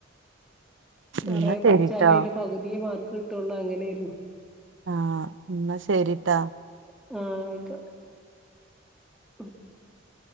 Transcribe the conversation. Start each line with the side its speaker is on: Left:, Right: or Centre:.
Centre: കൊറേ
Right: എന്നാ ശരിട്ടാ
Centre: പഠിച്ചാലും അതിന്റെ പകുതിയെ മാർക്ക് കി കിട്ടുള്ളൂ അങ്ങനെയായിരുന്നു
Right: ആഹ എന്നാ ശരിട്ടാ
Centre: ആഹ <inaudible>